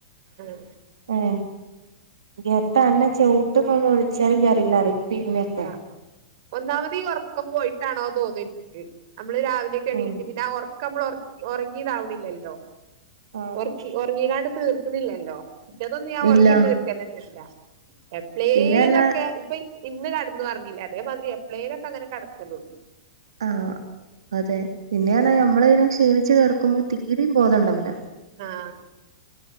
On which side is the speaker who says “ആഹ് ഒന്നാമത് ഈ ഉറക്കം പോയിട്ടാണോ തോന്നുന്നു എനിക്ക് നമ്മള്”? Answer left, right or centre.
Right